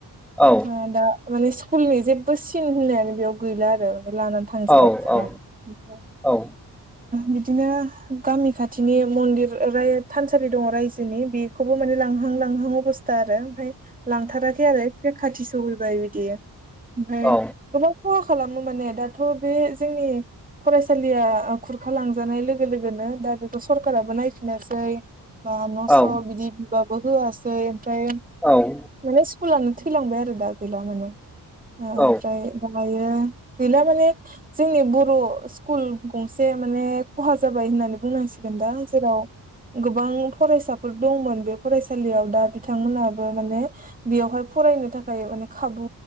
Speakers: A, in the centre; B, on the right.
A: औ
B: ओ दा माने स्कुलनि जेबो सिन होननायानो बेयाव गैला आरो। लानानै थांजोबबाय
A: औ
B: खुरनानै
A: औ
B: ओ
A: औ
B: बिदिनो गामि खाथिनि मन्दिर राय थानसालि दङ रायजोनि बेखौबो माने लां हां लांहां अबस्था आरो ओमफ्राय लांथाराखै आरो ए खाथि सहैबाय बिदि ओमफाय
A: औ
B: गोबां खहा खालाम माने दाथ' बे जोंनि फरायसालिया खुरखा लांजानाय लोगो लोगोनो दा बेखौ सरकारा बो नायफिनोसै। बा
A: औ
B: न'
A: औ
B: स'
A: औ
B: बिदि बिबाबो होआसै ओमफ्राय
A: औ
B: माने स्कुलानो थैलांबाय आरो दा गैला माने ओमफ्राय
A: औ
B: ओ दायो गैला माने जोंनि बर' स्कुल गंसे माने खहा जाबाय होननानै बुंनांसिगोन दा जेराव गोबां फरायसाफोर दंमोन बे फरायसालियाव दा बिथांमोनाबो माने बेयावहाय फरायनो थाखाय माने खाबु